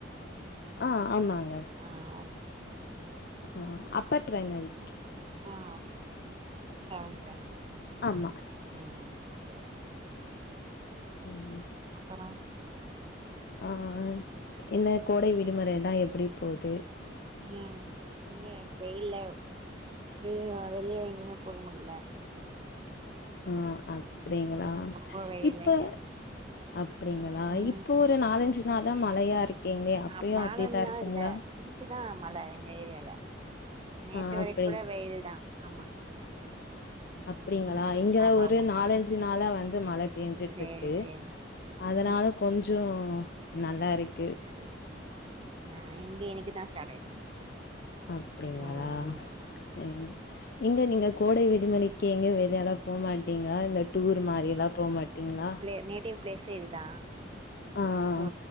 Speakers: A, on the left; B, on the right.
A: அ ஆமாங்க
B: ஆ ஓகே ஓகே
A: அ அப்பர் பிரைமரிக்கு
B: ம் ஆ ஓகே ஓகே சிக்ஸ்த் செவன்த் அந்த மாரி
A: ஆமா சி
B: ம் சேரி ஓகே
A: ம்
B: அப்பற
A: ஆ என்ன கோடை விடுமுறை எல்லா எப்டி போது
B: ம் இங்க வெயில்ல வெ வெளிய எங்கயுமே போக முடில
A: ம் அப்டிங்களா
B: ரொம்ப வெயில்
A: இப்ப
B: இங்க
A: அப்டிங்களா
B: ம்
A: இப்போ ஒரு நாலஞ்சு நாளா மழையா இருக் ஏங்க அப்பயு
B: ஆமா நாலஞ்சு
A: அப்டிதா
B: நாள்
A: இருக்குங்ளா
B: இல்ல இன்னைக்குதா மழ எங்க ஏரியால நேத்து
A: ஆ
B: வரைக்
A: அப்டி
B: கூட வெயில் தா ஆமா
A: அப்படிங்களா
B: ம்
A: இங்க
B: ஆமா
A: ஒரு
B: ஆமா
A: நாலஞ்சு நாளா வந்து மழத் பேஞ்சுட்ருக்கு
B: சேரி சேரி
A: அதனால
B: ம்
A: கொஞ்சோ நல்லா இருக்
B: சேரி சேரி ஆ இங்க இன்னிக்கி தா ஸ்டாட் ஆயிச்சு
A: அப்படிங்களா
B: ம்
A: ச
B: ஆமா
A: இங்க நீங்க கோடை விடுமுறைக்கு எங்க வெலியெல்லா போ மாட் டீங்களா இந்த டூர் மாரியெல்லா போமாட்டீங்களா
B: ஏ நேட்டிவ் பிளேஸே இதுதா
A: ஆ ஆ
B: சோ